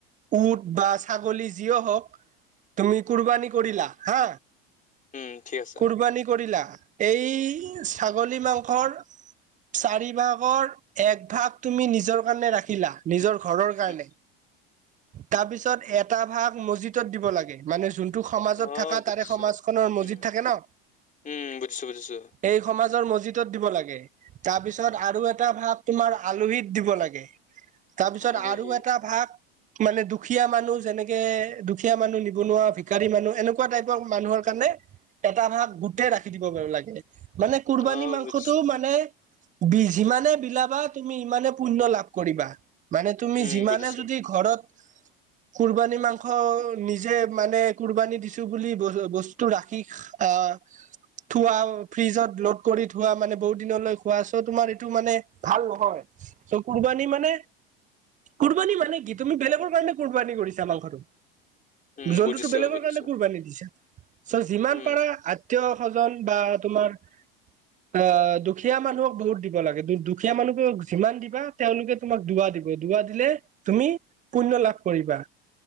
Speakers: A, on the right; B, on the left.
A: উট বা ছাগলী, যিও হওক তুমি কুৰবানী কৰিলা হা।
B: উম, ঠিক আছে।
A: কুৰবানী কৰিলা এই ছাগলী মাংসৰ। চাৰি ভাগৰ এক ভাগ তুমি নিজৰ কাৰণে ৰাখিলা নিজৰ ঘৰৰ কাৰণে।
B: উম,
A: তাৰপিছত এটা ভাগ মছজিদত দিব লাগে মানে যোন। তোক সমাজত
B: অ',
A: থকা
B: বুজিছো।
A: তাৰে সমাজখনৰ মজিদ
B: উম,
A: থাকে ন।
B: উম, বুজিছো বুজিছো।
A: এই সমাজৰ মছজিদত দিব লাগে। তাৰ পিছত আৰু এটা ভাত তোমাৰ আলহীত দিব লাগে। তাৰপিছত
B: আলহী
A: আৰু এটা ভাগ। মানে দুখীয়া মানুহ যেনেকে দুখীয়া মানুহ নিবনুৱা ভিকাৰী মানুহ এনেকুৱা টাইপৰ মানুহৰ কাৰণে। এটা ভাগ গোটেই ৰাখি দিব পাৰো লাগে। মানে কুৰবানী
B: অ',
A: মাংসটো
B: বুজিছো।
A: মানে বি যিমানে বিলাবা তুমি ইমানে। পুণ্য লাভ কৰিবা মানে তুমি
B: উম,
A: যিমানেই
B: বুজিছো।
A: যদি ঘৰত। কুৰবানী মাংস। নিজে মানে কুৰবানী দিছো বুলি ব বস্তু ৰাখি আহ। থোৱা ফ্ৰিজত লোড কৰি থোৱা মানে বহুত দিনলৈ খোৱা চ তোমাৰ এইটো মানে ভাল নহয়। চ' কুৰবানী মানে কুৰবানী মানে কি তুমি বেলেগৰ কাৰণে কুুৰবানী কৰিছা মাংসটো।
B: উম,
A: জন্তুটো
B: বুজিছো
A: বেলেগৰ
B: বুজিছো।
A: কাৰণে কুৰবান দি ছাহ। চ যিমান
B: উম।
A: পাৰা আতীয় সজন বা তোমাৰ। অ, দুখীয়া মানুহক বহুত দিব লাগে দুখীয়া মানুহক যিমান দিবা তেওঁলোকে তোমাক দুৱা দিব দুুৱা। দিলে তুমি পুণ্য লাভ কৰিবা।